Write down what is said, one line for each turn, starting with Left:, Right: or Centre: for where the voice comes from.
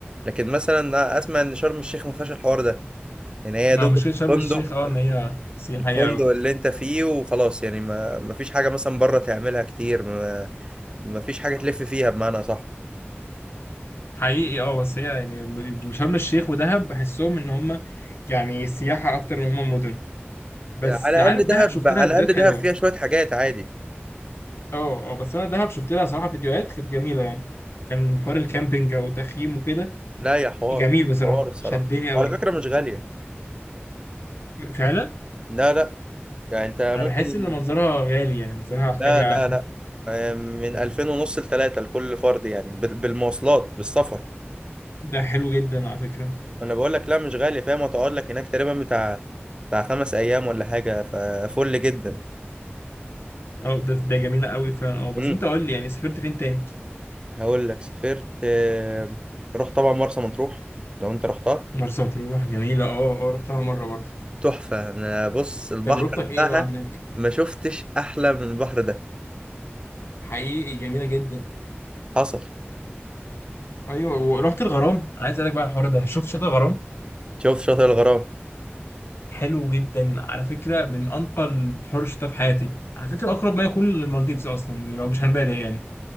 Right: لكن مثلا أنا اسمع ان شرم الشيخ ما فيهاش الحوار ده يعني هي يا
Left: مع
Right: دوب
Left: مشكله شرم
Right: الفندق
Left: الشيخ اه ان هي سياحيه
Right: الفندق
Left: قوي
Right: اللي انت فيه وخلاص يعني ما ما فيش حاجه مثلا بره تعملها كتير ما ما فيش حاجه تلف فيها بمعنى صح
Left: حقيقي اه بس هي يعني شرم الشيخ ودهب بحسهم ان هم يعني سياحه اكتر من هم مدن بس
Right: على
Left: عارف
Right: الاقل دهب
Left: دهب شفت
Right: على
Left: لها فيديوهات
Right: الاقل دهب
Left: حلوه
Right: فيها شويه حاجات عادي
Left: اه اه بس انا دهب شفت لها صراحه فيديوهات كانت جميله يعني كان حوار الكامبينج او التخييم وكده
Right: لا يا حوار
Left: جميل بصراحه
Right: حوار الصراحه
Left: شدني قوي
Right: وعلى فكره مش غاليه
Left: فعلا
Right: لا لا يعني انت
Left: انا
Right: ممكن
Left: بحس ان منظرها غالي يعني منظرها حاجه
Right: لا لا
Left: <laughs>
Right: لا آه، من 2000 ونص لتلاتة لكل فرد يعني بال- بالمواصلات بالسفر
Left: ده حلو جدا على فكره
Right: ما انا بقول لك لا مش غالي فاهم وتقعد لك هناك تقريبا بتاع بتاع خمس ايام ولا حاجه ففل جدا
Left: اه ده ده جميله قوي فعلا اه بس
Right: امم
Left: انت قول لي يعني سافرت فين تاني
Right: هقول لك سافرت آه، رحت طبعا مرسى مطروح لو انت رحتها
Left: مرسى مطروح جميله اه اه رحتها مره برضه
Right: تحفه انا بص البحر
Left: تجربتك
Right: بتاعها
Left: ايه بقى هناك
Right: ما شفتش احلى من البحر ده
Left: حقيقي جميله جدا
Right: حصل
Left: ايوه ورحت الغرام أنا عايز اسالك بقى على الحوار ده شوف شاطئ الغرام
Right: شوف شاطئ الغرام
Left: حلو جدا على فكرة من أنقى البحور اللي شفتها في حياتي على فكرة أقرب ما يكون للمالديفز أصلا يعني لو مش هنبالغ يعني